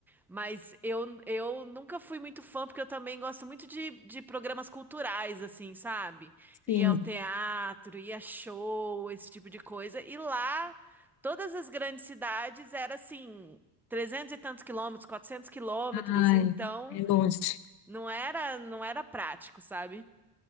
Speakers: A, in the centre; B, on the left.
A: Mas eu, eu nunca fui muito fã, porque eu também gosto muito de, de programas culturais, assim, sabe? Ir
B: sim.
A: ao teatro, ir a show, esse tipo de coisa. E lá, todas as grandes cidades era assim, 300 e tantos quilômetros, quatrocentos quilômetros.
B: Ai,
A: Então,
B: é longe.
A: não era, não era prático, sabe?